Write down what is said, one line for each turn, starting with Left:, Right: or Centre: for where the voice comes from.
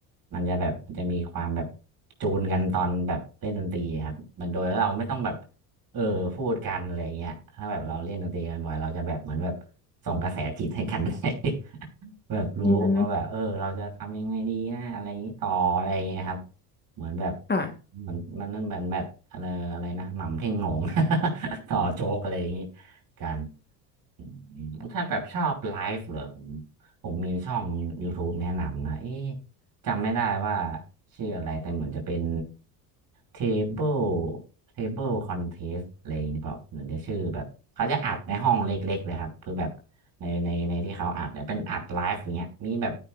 Right: มันจะแบบจะมีความแบบจูนกันตอนแบบเล่นดนตรีอะครับมันโดยแล้วเราไม่ต้องแบบ เออพูดกันอะไรเงี้ยถ้าแบบเราเล่นดนตรีกันบ่อยเราจะแบบเหมือนแบบส่งกระแสจิตให้กันได้ <laughs> แบบรู้ว่าแบบเออเราจะทำยังไงดีนะอะไรอย่างนี้ต่ออะไรเงี้ยครับ
Left: อืม
Right: เหมือนแบบ
Left: ค่ะ
Right: เหมันมันนั่นเหมือนแบบอะไรอะไรนะหม่ำเท่งโหน่ง <laughs> ต่อโจ๊กอะไรอย่างนี้กัน อืมถ้าแบบชอบไลฟ์เหรอผมผมมีช่อง YouTube แนะนำนะเอ๊ะจำไม่ได้ว่าชื่ออะไรแต่เหมือนจะเป็น Table Table Contest อะไรอย่างนี้เปล่าเหมือนจะชื่อแบบเขาจะอัดในห้องเล็กๆเลยครับคือแบบในในในที่เขาอัดเนี่ยเป็นอัดไลฟ์อย่างเงี้ยมีแบบ